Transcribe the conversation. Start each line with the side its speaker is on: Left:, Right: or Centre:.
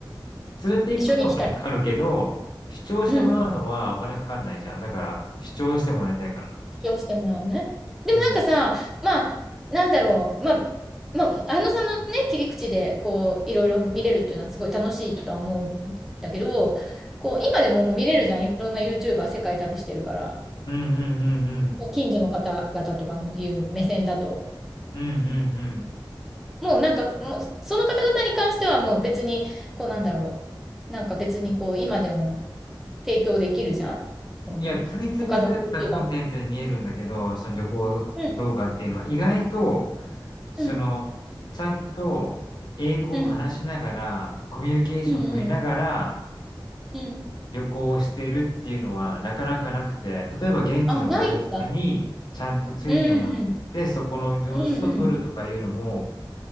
Left: 連れて行くのはお金かかるけど、
Centre: 一緒に行きたい。
Left: 主張してもらうのはお金かかんないじゃん。
Centre: うん。
Left: だから、主張してもらいたいかな。
Centre: 主張してもらうね。でもなんかさ、
Left: うん。
Centre: まあ、なんだろう、まあ、まあ、あのさんのね、切り口で、こう、いろいろ見れるっていうのはすごい楽しいとは思うんだけど、こう、今でももう見れるじゃん。いろんな YouTuber 世界旅してるから、
Left: うんうんうんうん。
Centre: こう近所の方々とかのいう目線だと、
Left: うんうんうん。
Centre: もうなんか、もうその方々に関してはもう別に、こうなんだろう、なんか別にこう、今でも提供できるじゃん。その他の
Left: いや、食いつぶされたコンテンツに見えるんだけど、
Centre: YouTuber。
Left: その旅行動画っていうのは意外と、
Centre: うん、
Left: その、
Centre: うん、
Left: ちゃんと英語を話しながら、
Centre: うん、
Left: コミュニケーションを取りながら
Centre: うん、うん、うん。
Left: 旅行をしてるっていうのはなかなかなくて、例えば現地のガイドさんにちゃんとついてもらって、
Centre: あ、ないんだ。うんうん。
Left: そこの様子を撮るとかいうのも、
Centre: うんうん。